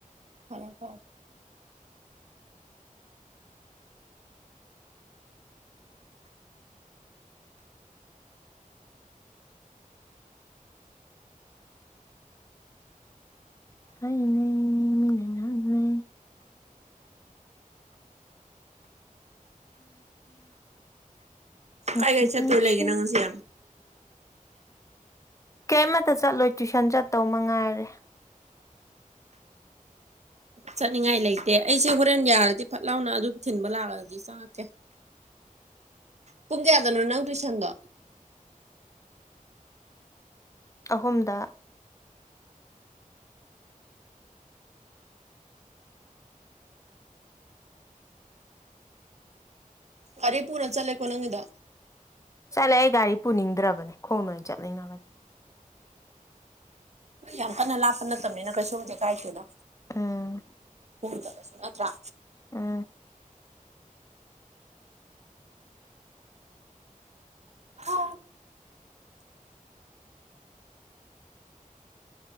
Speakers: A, on the right (about 50°); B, on the left (about 20°).
A: ꯐꯔ ꯐꯣ
B: ꯍ ꯂꯩ ꯃꯤꯅ ꯂꯩ ꯃꯁꯤꯄꯥꯁ
A: ꯀꯥꯏ ꯀꯥꯏ ꯆꯠꯇꯣꯏ ꯂꯩꯒꯦ ꯅꯪ ꯉꯁꯤ ꯌꯥꯝ
B: ꯀꯩꯃꯇ ꯆꯠꯂꯣꯏ ꯇꯨꯏꯁꯟ ꯆꯠꯇꯧ ꯃꯉꯥꯏꯔꯦ
A: ꯆꯠꯅꯤꯡꯉꯥꯏ ꯂꯩꯇꯦ ꯑꯩꯁꯦ ꯍꯣꯔꯦꯟ ꯌꯥꯔꯗꯤ ꯐꯠ ꯂꯥꯎꯅ ꯑꯗꯨꯝ ꯊꯤꯟꯕ ꯂꯥꯛꯑꯒꯗꯤ ꯆꯪꯉꯛꯀꯦ ꯄꯨꯡ ꯀꯌꯥꯗꯅꯣ ꯅꯪ ꯇꯨꯏꯁꯟꯗꯣ
B: ꯑꯍꯨꯝꯗ
A: ꯑꯔꯦ ꯄꯨꯔꯠ ꯆꯂꯦꯀꯣ ꯅꯪꯗ
B: ꯆꯠꯂꯦ ꯑꯩ ꯒꯥꯔꯤ ꯄꯨꯅꯤꯡꯗ꯭ꯔꯕꯅꯤ ꯈꯣꯡꯅ ꯑꯣꯏꯅ ꯆꯠꯅꯤꯡꯉꯕꯅꯤ
A: ꯌꯥꯝ ꯀꯟꯅ ꯂꯥꯛꯄ ꯅꯠꯇꯅꯤꯅ ꯀꯩꯁꯨꯕꯗꯤ ꯀꯥꯏ ꯀꯗ
B: ꯎꯝ
A: ꯍ ꯅꯠꯇ꯭ꯔꯥ
B: ꯎꯝ
A: ꯍ